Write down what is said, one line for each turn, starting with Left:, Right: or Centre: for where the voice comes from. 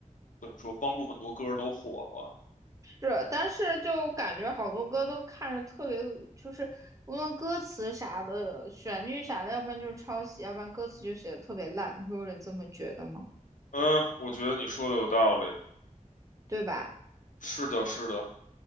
Left: 怎么说，帮助很多歌儿都火了。
Right: 是，但是就感觉好多歌都看着特别恶就是无论歌词啥的、旋律啥的，要不然就是抄袭，要不然歌词就写的特别烂，你会有人这么觉得吗？
Left: 嗯，我觉得你说的有道理。
Right: 对吧？
Left: 是的，是的，